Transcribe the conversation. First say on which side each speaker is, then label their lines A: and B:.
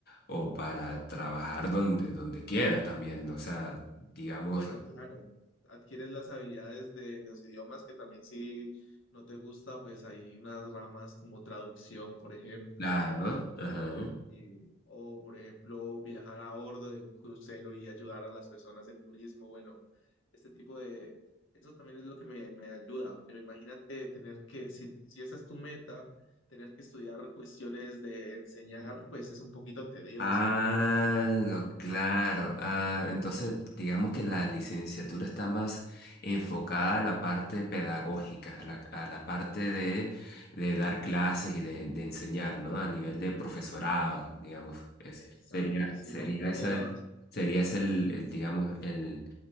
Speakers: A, on the left (about 55°); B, on the left (about 80°).
A: o para trabajar donde, donde quieras también, o sea, digamos,
B: Bueno, claro, adquieres las habilidades de los idiomas que también si no te gusta, pues hay unas ramas como traducción, por ejemplo,
A: claro, ajá.
B: eh, o, por ejemplo, viajar a bordo de un crucero y ayudar a las personas en turismo. Bueno, este tipo de... Eso también es lo que me, me ayuda. Pero imagínate tener que, si, si esa es tu meta, tener que estudiar cuestiones de enseñar, pues es un poquito tedioso,
A: Ah,
B: es lo que te...
A: lo claro.
B: Ah,
A: Ah, entonces, digamos que la licenciatura está más enfocada a la parte pedagógica, a la, a la parte de, de dar clases y de, de enseñar, ¿no? A nivel de profesorado, digamos. ese.
B: Exacto,
A: sería,
B: sí,
A: sería
B: un poco
A: ese,
B: más.
A: sería ese el, el, digamos, el,